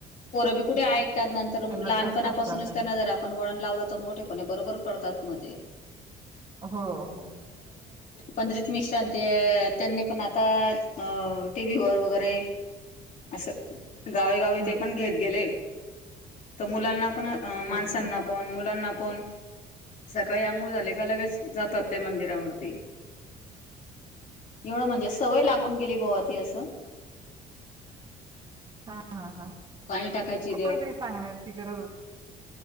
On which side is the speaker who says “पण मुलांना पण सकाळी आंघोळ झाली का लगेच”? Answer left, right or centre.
Left